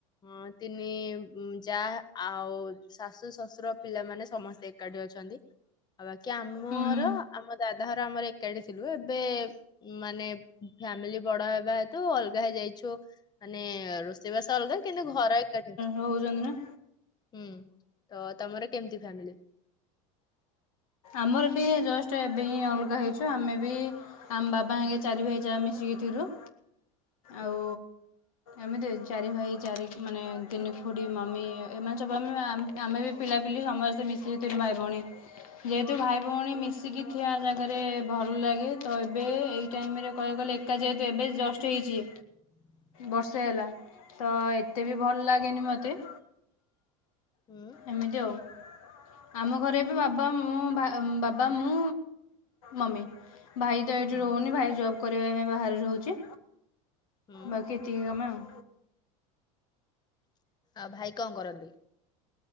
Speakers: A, on the left; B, on the left.
A: ହଁ ତିନି ଏବ ଯାହା ଆଉ ଶାଶୁ ଶଶୁର ପିଲାମାନେ ସମସ୍ତେ ଏକାଠି ଅଛନ୍ତି। ଆଉ ବାକି ଆମର,
B: ହୁଁ
A: ଆମ ଦାଦା ଘର ଆମର ଏକାଠି ଥିଲୁ ଏବେ ମାନେ ଫ୍ୟାମିଲି ବଡ ହେବା ହେତୁ, ଅଲଗା ହେଇଯାଇଚୁ ମାନେ ରୋଷ ରୋଷେଇ ବାସ ଅଲଗା କିନ୍ତୁ, ଘର ଏକାଠି ଅଛି।
B: ରହୁଚନ୍ତି ନା?
A: ହୁଁ ତ ତମର କେମିତି ଫ୍ୟାମିଲି?
B: ଆମର ବି ଜଷ୍ଟ ଏବେ ହିଁ ଅଲଗା ହେଇଚୁ। ଆମେ ବି ଆମ ବାବା ହରିକା ଚାରି ଭାଇ ଯାକ ମିଶିକି ଥିଲୁ
A: <unintelligible>
B: ଆଉ ଏମିତି ଏ ଚାରି ଭାଇ ଚାରି ମାନେ ତିନି ଖୁଡ଼ି, ମମି ଏମାନେ ସବୁ ଆମେ ଆମ ଆମେ ବି, ପିଲାପିଲି ସମସ୍ତେ ମିଶିକି ଥିଲୁ ଭାଇ ଭଉଣୀ ଯେହେତୁ ଭାଇ ଭଉଣୀ ମିଶିକି ଥିବା ଜାଗାରେ ଭଲ ଲାଗେ, ତ ଏବେ ଏଇ ଟାଇମିରେ କହିଆକୁ ଗଲେ ଏକା ଯେହେତୁ ଏବେ ଜଷ୍ଟ ହେଇଚି
A: <inaudible>
B: ବର୍ଷେ ହେଲା ତ, ଏତେ ବି ଭଲ ଲାଗେନି ମୋତେ
A: ଉୁଁ
B: ଏମିତି ଆଉ ଆମ ଘରେ ବି ବା ହଁ ବା ବାବା ମୁଁ ମମି ଭାଇ ତ
A: ହୁଁ
B: ଏଠି ରହୁନି ଭାଇ ଜବ୍ କରିବା ପାଇଁ ବାହାରେ ରହୁଚି
A: ହୁଁ
B: ବାକି ଏତିକି ଆମେ ଆଉ।
A: ଆଉ ଭାଇ କଣ କରନ୍ତି?